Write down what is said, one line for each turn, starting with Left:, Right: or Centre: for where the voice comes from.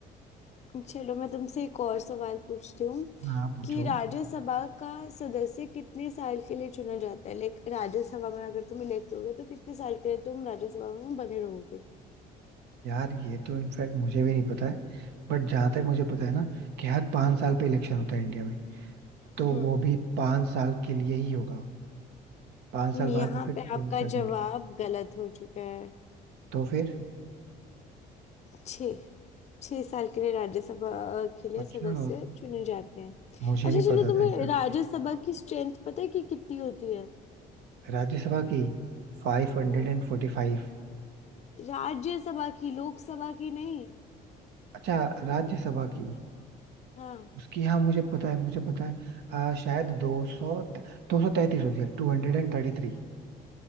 Left: चलो मैं तुमसे एक और सवाल पूछती हूँ
Right: हाँ पूछो
Left: कि राज्यसभा का सदस्य कितने साल के लिए चुना जाता है लाइक राज्यसभा में अगर तुम इलेक्ट हो गए तो कितने साल के लिए तुम राज्यसभा में बने रहोगे
Right: यार ये तो इनफैक्ट मुझे भी नहीं पता है बट जहां तक मुझे पता है ना कि हर पांच साल पे इलेक्शन होता है इंडिया में तो
Left: हम्म
Right: वो भी पांच साल के लिए ही होगा पांच साल
Left: यहाँ
Right: बाद वो फिर
Left: पे
Right: चेंज
Left: आपका
Right: कर देंगे
Left: जवाब गलत हो चुका है
Right: तो फिर
Left: छः छह साल के लिए राज्यसभा के लिए
Right: अच्छा
Left: सदस्य चुने जाते हैं
Right: मुझे
Left: अच्छा
Right: नहीं
Left: चलो
Right: पता था
Left: तुम्हें
Right: इनफैक्ट
Left: राज्यसभा की स्ट्रेंथ पता है कि कितनी होती है
Right: राज्यसभा की Five hundred
Left: हम्म,
Right: and forty five
Left: राज्यसभा की लोकसभा की नहीं
Right: अच्छा राज्यसभा की
Left: हाँ
Right: उसकी हाँ मुझे पता है मुझे पता है आ, शायद दो सौ दो सौ तैतीस होती है two hundred and thirty three